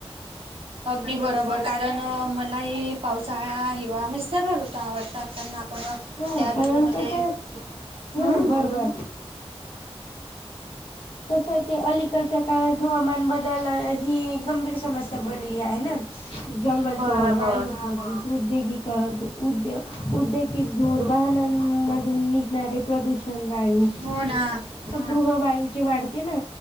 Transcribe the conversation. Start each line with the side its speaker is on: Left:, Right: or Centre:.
Right: अगदी बरोबर कारण मलाही पावसाळा हिवा म सर्व ऋतू आवडतात कारण आपण
Left: हा
Right: त्या
Left: कारण
Right: ऋतूमध्ये
Left: कसं
Right: हम्
Left: हा बरोबर
Right: बला.
Left: तसं की अलीकडच्या काळात हवामान बदल ही गंभीर समस्या बनली आहे ना. जंगल
Right: बरोबर
Left: तोड वायू उद्योगी करत उद्यो उद्योग कि धूर वाहना मधून निघणारे प्रदूषण वायू
Right: हो ना <unintelligible>
Left: गृहवायूचे वाढते ना